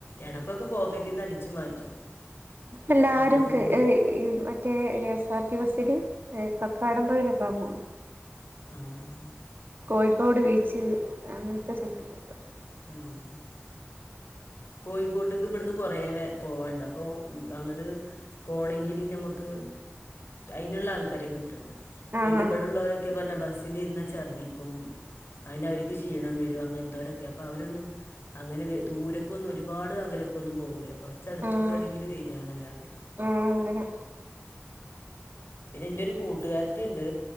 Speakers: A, on the left; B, on the right.
A: ഇടക്കൊക്കെ പോക്കറ്റിൽന്ന് അടിച്ചു മാറ്റും
B: എല്ലാരും
A: അമ്പതൊന്നും
B: കെ ഏഴ് ഈ മറ്റേ കെ എസ് ആർ ടി ബസ്സിൽ കക്കാടംമ്പയിലൊക്കാ പോവു
A: ആഹ്.
B: കോഴിക്കോട് ബീച്ചിൽ അങ്ങനത്തെ സ്ഥലത്തക്ക്‌ ഒക്കെ
A: ഉം കോഴിക്കോട്ടക്ക് ഇവിടുന്ന് കൊറേ പോവാണ്ട് അപ്പൊ അങ്ങട് പോണെങ്കില് നമക്ക് അയിനുള്ള ആൾക്കാരെ കിട്ടണം
B: ആഹ്
A: ഇത് ഇവിടെള്ളവരൊക്കെ പറഞ്ഞാ ബസ്സിൽ ഇരുന്ന് ഛർദിക്കും. അങ്ങനെ അവർക്ക് ക്ഷീണം വരും അങ്ങനത്തെവരൊക്കെ അപ്പൊ അവരൊന്നും അങ്ങനെ ദൂരം കൊന്നും ഒരുപാട് അകലൊക്കെ ഒന്നും പോകൂല, കുറച്ച് അടുത്തൊക്കെ
B: ആഹ്
A: ആണെങ്കിൽ വരിക എന്നല്ലാതെ
B: ആഹ് അങ്ങനെ
A: പിന്നെ എന്റെ ഒരു കൂട്ടുകാരത്തി ഉണ്ട്